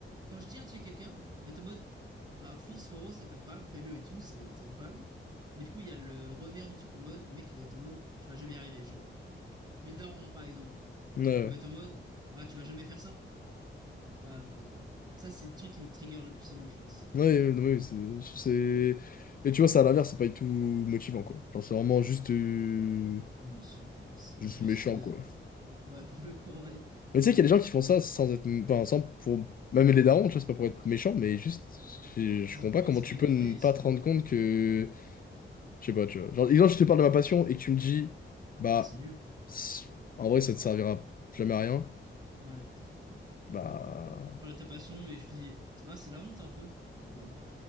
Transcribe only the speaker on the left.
ouais.
Ouais, ouais, ouais, ouais, c'est, je trouve c'est... Et tu vois, ça à l'inverse, c'est pas du tout motivant, quoi. Genre, c'est vraiment juste,
euh,
juste
méchant,
quoi.
Mais tu sais qu'il y a des gens qui font ça sans être... Enfin, sans... Pour... Même les darons, tu vois, c'est pas pour être méchant, mais juste... Je,
je comprends
pas comment
tu peux
ne
pas
te
rendre
compte
que... Je sais pas, tu vois. Genre, exemple, je te parle de ma passion et que tu me dis... Bah...
c'est- En vrai, ça te servira jamais à rien.
Bah...